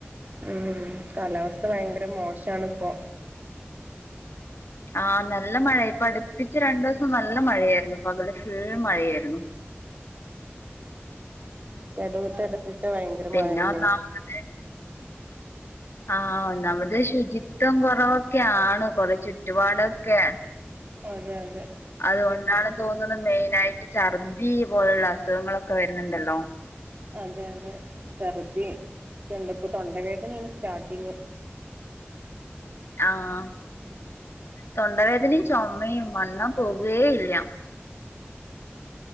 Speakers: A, on the right; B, on the left.
A: മ് കാലാവസ്ഥ ഭയങ്കര മോശണ ഇപ്പോ
B: ആ നല്ല മഴയ ഇപ്പ അടുപ്പിച്ച് രണ്ടു ദിവസം നല്ല മഴയായിരുന്നു പകല് ഫുൾ മഴയായിരുന്നു
A: ഇടവിട്ട് ഇടത്തിട്ട് ഭയങ്കര
B: പിന്നെ
A: മഴ തെയാണ്
B: ഒന്നാമത് ആഹ് ഒന്നാമത് ശുചിത്വം കുറവൊക്കെയാണ് കൊറ ചുറ്റുപാടൊക്കെ
A: അതെ അതെ
B: അതുകൊണ്ടാണ് തോന്നുന്നത് മെയിനായിട്ട് ഛർദി പോലുള്ള അസുഖങ്ങളൊക്കെ വരുന്നുണ്ടല്ലോ
A: അതെ അതെ ചർദ്ദി കണ്ട ഇപ്പോ തൊണ്ടവേദനയാണ് സ്റ്റാർട്ടിങ്
B: ആഹ് തൊണ്ടവേദനയും ചുമയും വന്നാ പോകുകേ ഇല്ല